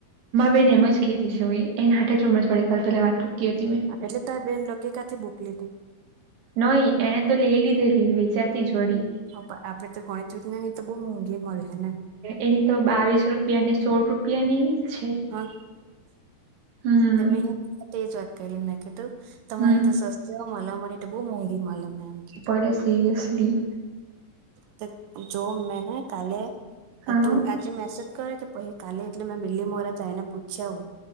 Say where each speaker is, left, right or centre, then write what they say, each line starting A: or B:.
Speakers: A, on the right; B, on the right.
A: બેન એમ જ કતી સુ એને હાટે જ હમને થોડીક વાર પેલા વાત કરતી હતી મેં.
B: એટલે તો એ બેન લોકો કાંથી ભૂક લીધી <unintelligible>
A: નહી એને તો લઈ લીધેલી વેચાતી જોડી.
B: હ આપડે તો ગણિત વિજ્ઞ ની તો બહુ મોંઘી મળ્યું હે ને.
A: એની તો બાવીસ રૂપિયા ને સોળ રૂપિયાની જ છે.
B: હા,
A: હમ
B: તે મેજ વાત કરી એમને કીધું તમારી
A: હમ
B: તો સસ્ જો મલે અમારે તો બઉુ મોંઘી મલે. અ એમ કે
A: બડે સરયસલી.
B: ત જો મે કાલે
A: હા
B: તું આજે મેસેજ કરે કે પહી કાલે એટલે મેં બીલીમોરા જાયને પૂછ્યાવુ